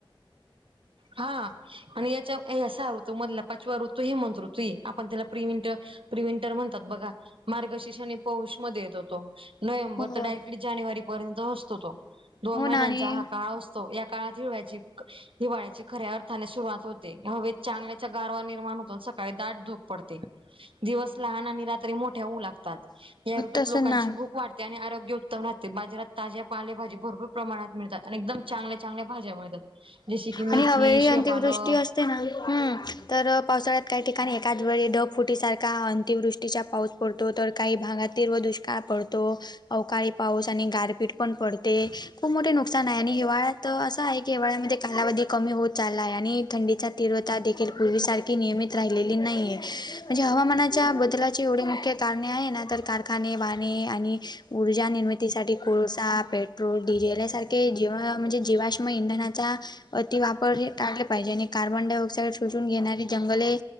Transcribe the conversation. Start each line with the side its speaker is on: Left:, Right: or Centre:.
Right: हा! आणि याचा या सहा ऋतू मधला पाचवा ऋतू हे म्हंत ऋतू आपण त्याला प्रि विंट प्रि विंटर म्हणतात बघा मार्गशीष आणि पौष मध्ये येतो तो. नोव्हेंबर
Left: हो
Right: तर डायरेक्टली जानेवारीपर्यंत असतो तो. दोन
Left: हो
Right: महिन्यांचा
Left: ना आणि
Right: हा काळ असतो या काळात हिवाळ्याची हिवाळ्याची खऱ्या अर्थाने सुरुवात होते. हवेत चांगल्याच्या गारवा निर्माण होतून सकाळी दाट धूक पडते. दिवस लहान आणि रात्री मोठ्या होऊ लागतात या ऋतूत
Left: तसं
Right: लोकांची
Left: ना
Right: भुक वाढते, आणि आरोग्य उत्तम राहते बाजारात ताज्या पालेभजी भरपूर प्रमाणात मिळते. आणि एकदम चांगल्या चांगल्या भाज्या मिळतात. जसे की मेथी,
Left: आणि हवेळी अंतिमदृष्टी
Right: शेपालक
Left: असते ना हम् तर पावसाळ्यात. काही ठिकाणी एकाच वेळी ढग फुटीसारखा अतिवृष्टीचा पाऊस पडतो. तर काही भागात तीव्र दुष्काळ पडतो. अवकाळी पाऊस आणि गारपीट पण पडते खुप मोठे नुक नुकसान आहे आणि हिवाळ्यात असं आहे की हिवाळ्यामध्ये कालावधी कमी होत चालला आहे आणि थंडीचा तीव्रता देखील पुर्वीसारखी नियमित राहिलेली नाही ये म्हणजे हवामानाच्या बदलाची एवढी मोठे कारणे आहे ना तर कारखाने वाहने आणि ऊर्जा निर्मितीसाठी कोळसा पे पेट्रोल डिझेल यासारखे जीव म्हणजे जीवाश्म इंधनाचा अति वापर हे टाळले पाहि ज्याने कार्बन डाय ऑक्साइड शोषुन घेणारी जंगले